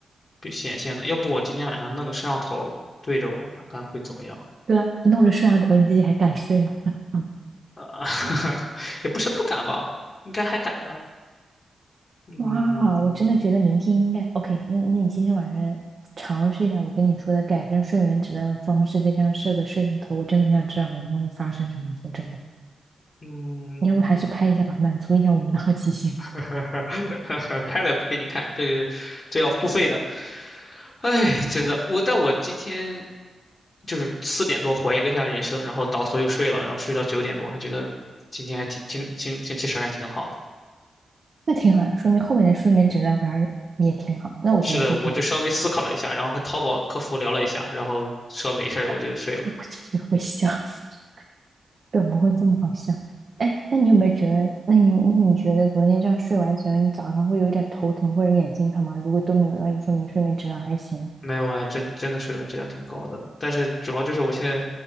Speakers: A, on the left (about 45°); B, on the right (about 55°).
A: 被显现的。要不我今天晚上弄个摄像头对着我，看看会怎么样？
B: 对吧？弄着摄像头，你自己还敢睡吗？<laughs> 嗯
A: <laughs>
B: 嗯，
A: 也不是不敢吧，应该还敢的。嗯
B: 哇哦，我真的觉得明天应该 OK 那。那你今天晚上尝试一下我跟你说的改善睡眠质量的方式，再加上设个摄像头，我真的很想知道明天会发生什么。说真的。
A: 嗯，
B: 你要不还是拍一下吧，满足一下我们的好奇心，
A: <laughs> 拍了也不给你看，这个这要付费的。哎，真的，我但我今天就是四点多怀疑了一下人生，然后倒头又睡了，然后睡到九点多，还觉得今天还挺精精精气神儿还挺好的。
B: <laughs> 那挺好的，说明后面的睡眠质量反而也挺好。那我觉得就挺好，
A: 是的，我就稍微思考了一下，然后跟淘宝客服聊了一下，然后说没事儿，我就睡了。
B: <laughs> 我真的会笑死，怎么会这么好笑？哎，那你有没有觉得，那你那你觉得昨天这样睡完觉，你早上会有一点头疼或者眼睛疼吗？如果都没有的话，就说明睡眠质量还行，
A: 没有啊，真真的水文质量挺高的，但是主要就是我现在